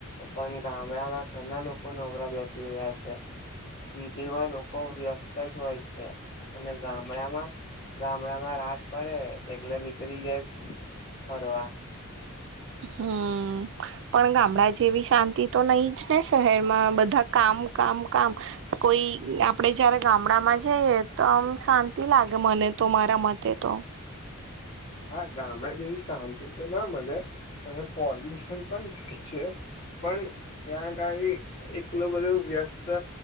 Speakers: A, on the left; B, on the right.
A: પણ ગામડામાં ઘણા લોકો નવરા બેસી રહ્યા છે. સિટીમાં લોકો વ્યસ્ત જ હોય છે, અને ગામડામાં ગામડા માં રાત પડે, એકલે નીકળી જાય ફરવા.
B: હમ, પણ ગામડા જેવી શાંતિ તો નહીં જ ને. શહેરમાં બધા કામ. કામ, કામ. કોઈ આપડે જયારે ગામડા માં જઈએ, તો આમ શાંતિ લાગે મને. અને તો મારા મતે તો
A: હા, ગામડે જેવી શાંતિ તો ના મળે. અને પોલ્યુશન પણ છે. પણ ત્યા ગાડી એકલુ બધું વ્યસ્ત